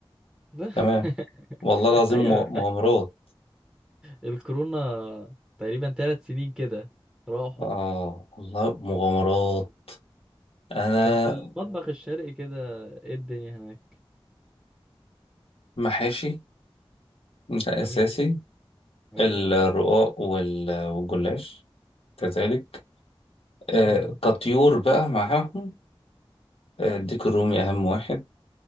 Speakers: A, in the centre; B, on the left.
A: <laughs>
B: تمام والله العظيم
A: ايوه
B: مغ- مغامرات
A: الكورونا تقريبا ثلاث سنين كده راحوا
B: اه والله مغامرات انا
A: طب في المطبخ آه. الشرقي كده ايه الدنيا هناك
B: محاشي ده
A: جميل
B: اساسي
A: ايوه
B: الرقاق وال- والجلاش كذلك آه
A: مم.
B: كطيور بقى معاهم آه، الديك الرومي أهم واحد